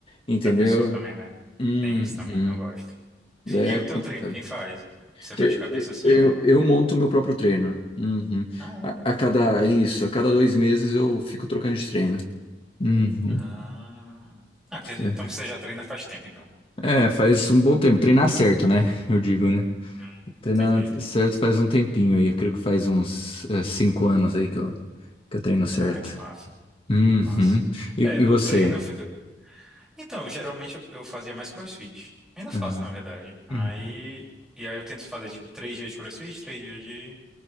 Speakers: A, on the left (about 30°); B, in the centre.
A: entendeu?
B: da pessoa também, né?
A: Uhum.
B: Tem isso também, não gosto.
A: É
B: E o
A: complicado.
B: teu treino, quem faz? Você faz
A: Eu,
B: de cabeça assim
A: eu,
B: ou.
A: eu monto meu próprio treino. Uhum.
B: Ah, é?
A: A, a cada isso, a cada dois meses eu fico trocando de treino. Uhum.
B: Ah. Ah, porque
A: É.
B: então você já treina faz tempo, então.
A: É, faz um bom tempo. Treinar certo, né? Eu digo, né?
B: Hum,
A: Treinar
B: Entendi, entendi.
A: certo faz um tempinho aí. Eu creio que faz uns eh, cinco anos aí que eu, que eu treino certo.
B: Ah, que massa,
A: Uhum.
B: que massa.
A: E,
B: É, do
A: e você?
B: treino eu... fi- eu- Então, eu, geralmente eu eu fazia mais CrossFit. Ainda faço,
A: Ah,
B: na verdade. Aí...
A: hum,
B: E aí eu tento fazer, tipo, três dias de CrossFit, três dias de...